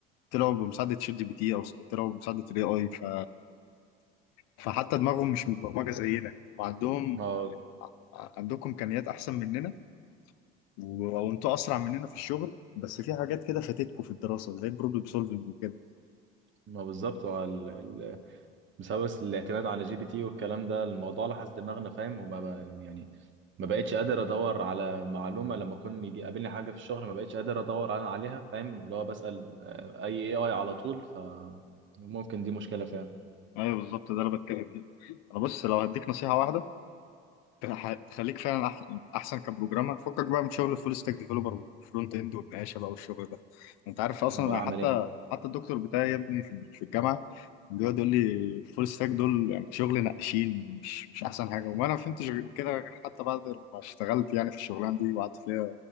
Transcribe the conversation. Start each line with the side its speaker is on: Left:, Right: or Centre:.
Left: طلعوا بمساعدة شات جي بي تي أو س- طلعوا بمساعدة ال AI ف... فحتى دماغهم مش متبرمجة زينا وعندهم
Right: ما
Left: ع- عندكم إمكانيات أحسن مننا و... وأنتوا أسرع مننا في الشغل بس في حاجات كده فاتتكم في الدراسة زي البروبلم سولفنج وكده
Right: ما بالظبط هو ال- ال- بسبب الاعتماد على جي بي تي والكلام ده الموضوع لحس دماغنا فاهم وما بقى- يعني ما بقتش قادر ادور على معلومه لما كنت يجي يقابلني حاجه في الشغل ما بقتش قادر ادور انا عليها فاهم اللي هو بسال آه، اي اي اي على طول فممكن دي مشكله فاهم
Left: أيوه بالظبط ده اللي بتكلم فيه أنا بص لو هديك نصيحة واحدة تح- تخليك فعلا أح- احسن كبروجرامر فكك بقى من شغل الفول ستاك ديفلوبر والفرونت اند والنقاشه بقى والشغل ده انت عارف اصلا
Right: امال
Left: أنا
Right: اعمل
Left: حتى
Right: ايه
Left: حتى الدكتور بتاعي يا ابني في في الجامعه بيقعد يقول لي الفول ستاك دول يعني شغل نقاشين مش مش احسن حاجه وما انا فهمتش غير كده غير حتى بعد ما اشتغلت يعني في الشغلانه دي وقعدت فيها